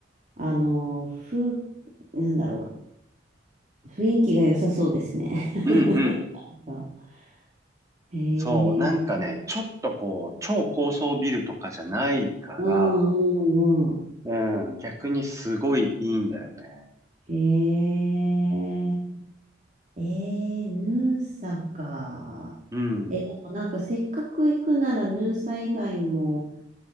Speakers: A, on the right (about 40°); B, on the right (about 15°).
A: あの、ふ、なんだろう。雰囲気が良さそうですね。
B: うんうん。
A: <laughs> なんかへ
B: そう、なんかね、
A: え。
B: ちょっとこう、超高層ビルとかじゃないから、
A: うんうんうん。
B: うん、逆にすごいいいんだよね。
A: へえ。えー、ヌーサか。
B: うん。
A: え、でもなんかせっかく行くならヌーサ以外も、